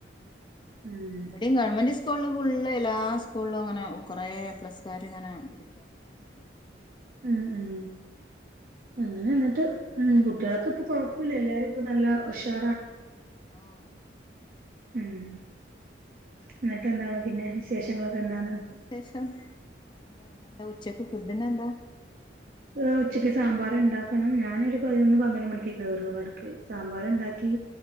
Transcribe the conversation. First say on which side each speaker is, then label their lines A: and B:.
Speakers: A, on the right; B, on the left.
A: ഉം
B: വിടെയും ഗവൺമെന്റ സ്കൂളും ള്ള എല്ലാ സ്കൂളിലും അങ്ങനെ കൊറേ പ്ലസ്കാര് ഇങ്ങനെ ഇട്ടൊക്കെ കണ്ട്ക്ക്ണ്
A: ഉം ഉം അങ്ങനെ നിട്ട് ഉ കുട്ടികളൊക്കെ ഇപ്പൊ കൊഴപ്പില്ല എല്ലാരും ഇപ്പ നല്ല ഉഷാ
B: ഓഹ്
A: ഉം എന്നിട്ട് എന്താണ് പിന്നെ വിശേഷങ്ങളൊക്കെ
B: വേറെ
A: എന്താണ്
B: വിശേഷം പിന്നെ എന്താ ഇന്നെന്താ ഉ ഉച്ചക്ക് ഫുഡിനെന്ത
A: ആ ഉച്ചയ്ക്ക് സാമ്പാറ് ഇണ്ടാക്കണം ഞാന ഒരു പതിനൊന്ന് പന്ത്രണ്ട് മണിക്കെ കേറൊള്ളു അട് ക്ക് സാമ്പാർ ഇണ്ടാക്കി